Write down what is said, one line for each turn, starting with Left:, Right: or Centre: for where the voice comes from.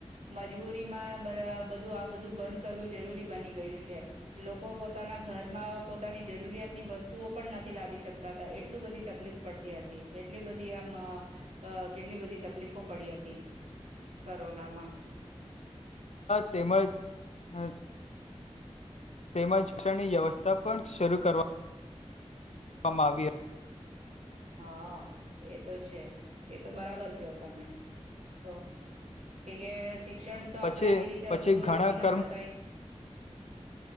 Right: મજબૂરીમાં બધા બધું આ બધું બંધ કરવું જરૂરી બની ગયું છે, લોકો પોતાના ઘરમાં પોતાની જરૂરિયાતની વસ્ તુંઓ પણ નથી લાવી શકતા તા, એટલું બધી તકલીફ પડતી હતી, એટલી બધી અમ અ કેટલી બધી તકલીફો પડી હતી, કરોનામાં.
Left: તેમજ હ તેમજ <unintelligible> ની વ્યવસ્થા પણ શરૂ કરવામાં આવી હ
Right: હા, એ તો છે, એ તો બરાબર ક્યો તમે, તો કે કે શિ ક્ષણ
Left: હતી.
Right: તો
Left: પછી
Right: આપણે આવી રીતે
Left: પછી
Right: અધૂરું
Left: ઘણા
Right: રાખી ન
Left: કર્મ
Right: શકાય.